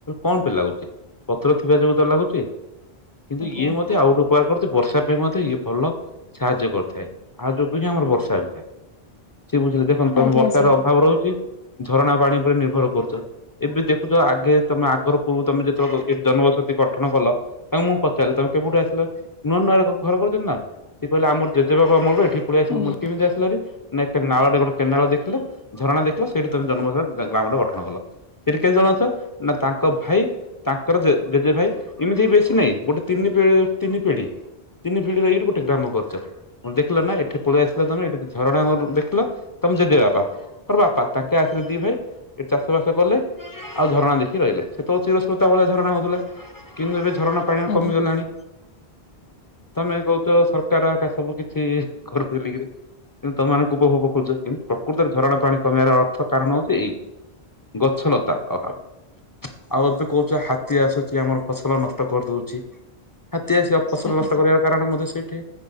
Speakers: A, on the left; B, on the left.
A: କଣ ବି ଲାଗୁଛି ପତ୍ର ଥିବା ଯୋଗୁ ତ ଲାଗୁଛି କିନ୍ତୁ
B: ଆଜ୍ଞା
A: ଇଏ ମତେ ଆଉ ଗଟୋ ଉପହାର କରୁଛି ବର୍ଷା ପାଇଁ ମଧ୍ୟ ଇଏ ଭଲ ସାହାଯ୍ୟ କରିଥାଏ ଆ ଯୋଗୁ ହି ଆମର ବର୍ଷା ହୋଇଥାଏ। ସିଏ ବୁଝିଲେ ଦେଖନ୍ତ ତମେ
B: ଆଜ୍ଞା
A: ବର୍ଷାର
B: ସାର୍
A: ଅଭାବ ରହୁଛି ଝରଣା ପାଣି ଉପରେ ନିର୍ଭର କରୁଛ। ଏବେ ଦେଖୁଚ ଆଗେ ତମେ ଆଗରୁକୁ ତମେ ଯେତେବେଳେ ଜନବସତି ଗଠନ କଲ। ତାଙ୍କୁ ମୁଁ ପଚାରିଲି ତମେ କେବେଠୁ ଆସିଲ ନୂଆ ନୂଆରେ ଘର କରୁଛନ୍ତି ନା। ସି କହିଲେ ଆମର୍ ଜେଜେବାପା ଅମଳ୍ରୁ ଏଠି ପଳିଆସିଲୁ
B: ଆଜ୍ଞା
A: ମୁଁ କହିଲି କି କେମିତି ଆସିଲ ହେରି ନା ଏଟି ନାଳ ଟେ କେନାଳ ଦେଖିଲେ ଝରଣା ଦେଖିଲ ସେଇଠି ତମେ ଜନ୍ମ ଗ୍ରାମରେ ଗଠନ କଲ ସେଠି କେତେ ଜଣ ଅଛ। ନା ତାଙ୍କ ଭାଇ ତା ଜେଜେ ଭାଇ ଏମିତି ବେଶୀ ନହିଁ ଗୋଟେ ତିନି ତିନି ପିଢି ତିନି ପିଢି ଦେଇକରି ଗୋଟେ ଗୋଟେ ଗ୍ରାମ କର୍ଚ ମୁ ଦେଖିଲ ନା ଏଠି ପଳେଇ ଆସିଲା ତମେ ଏଠି ଝରଣା ଦେଖିଲ ତମେ ଜେଜେ ବାପା। ଙ୍କର ବାପା ତାଙ୍କେ ଆସିଲେ ଦି ଭାଇ ଏ ଚାଷ ବାସ କଲେ। ଆଉ ଝରଣା ଦେଖି ରହିଲେ ସେତେବେଳେ ଚିରସ୍ମ୍ରତା ଭଳିଆ ଝରଣା ହଉଥିଲା କିନ୍ତୁ ଏବେ ଝରଣା ପାଣି
B: ଆଜ୍ଞା
A: କମିଗଲାଣି ତମେ କହୁଚ ସରକାର ସବୁ କିଛି ଅଛି ଘରକୁ ବଲିକିରି କିନ୍ତୁ ତମାନ ଉପଭୂପ ଖୋଛ କିନ୍ତୁ ପ୍ରକୃତରେ ଝରଣା ପାଣି କମିବାର ଅର୍ଥ। କାରଣ ହଉଚି ଏଇ ଗଛଲତା ଅଭାବ। ଆଉ ଏବେ କହୁଚ ହାତୀ ଆସୁଚି ଆମର ଫସଲ ନଷ୍ଟ କର୍ଦଉଚି। ହାତୀ ଆସିବା ଫସଲ
B: ଆଜ୍ଞା
A: ନଷ୍ଟ କରିବାର କାରଣ ମଧ୍ୟ ସେଇଠି